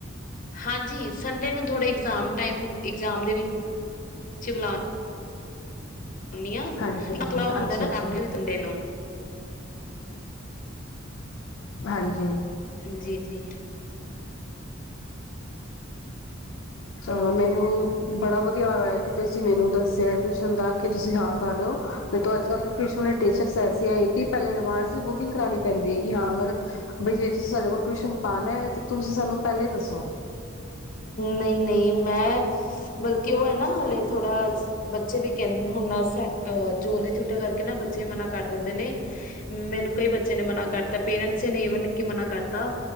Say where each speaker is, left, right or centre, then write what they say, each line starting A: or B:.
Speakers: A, on the left; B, on the left.
A: ਹਾਂਜੀ ਸੰਡੇ ਨੂੰ ਥੋੜੇ ਇਗਜ਼ਾਮ ਟਾਈਮ ਇਗਜ਼ਾਮ ਦੇ ਵਿੱਚ <unintelligible> ਬੁਲਾਨੀ ਆਂ, ਆਪਣਾ
B: ਹਾਂਜੀ ਹਾਂਜੀ
A: ਥੋੜਾ ਹੁੰਦਾ
B: ਅੱਛਾ
A: ਨਾ
B: ਅੱਛਾ
A: ਫੈਮਲੀ ਵੀ ਸੰਡੇ ਨੂੰ।
B: ਹਾਂਜੀ।
A: ਜੀ-ਜੀ।
B: ਚਲੋ ਮੈਨੂੰ ਬੜਾ ਵਧੀਆ ਹੋਇਆ ਕਿ ਤੁਸੀਂ ਮੈਨੂੰ ਦੱਸ ਟਿਊਸ਼ਨ ਦਾ ਕਿ ਤੁਸੀਂ ਹਾਂ ਕਰ ਰਹੇ ਹੋ ਨਹੀਂ ਤੇ ਅੱਜਕਲ੍ਹ ਟਿਊਸਨ ਦੀ ਟੀਚਰਸ ਐਸਿਆ ਐ ਕਿ ਪਹਿਲੇ ਐਡਵਾਂਸ ਤੇ ਬੁਕਿੰਗ ਕਰਾਨੀ ਪੈਂਦੀ ਹੈ ਕਿ ਹਾਂ ਅਗਰ ਬਈ ਜੇ ਤੁਸੀਂ ਸਾਡੇ ਕੋਲ ਟਿਊਸ਼ਨ ਪਾਨਾ ਐ ਤੇ ਤੁਸੀਂ ਸਾਨੂੰ ਪਹਿਲੇ ਦੱਸੋ।
A: ਨਹੀਂ-ਨਹੀਂ, ਮੈਂ ਬਲਕਿ ਉਹ ਹੈ ਨਾ ਹਾਲੇ ਥੋੜਾ ਬੱਚੇ ਵੀ ਕਹਿੰਦੇ ਹੁਣ ਜੂਨ ਦੀ ਛੁੱਟੀਆਂ ਕਰਕੇ ਨਾ ਬੱਚੇ ਮਨਾ ਕਰ ਦਿੰਦੇ ਨੇ, ਮੈਨੂੰ ਕਈ ਬੱਚੇ ਨੇ ਮਨਾ ਕਰਤਾ ਪੇਰੈਂਟਸ ਨੇ ਈਵਨ ਕੀ ਮਨਾ ਕਰਤਾ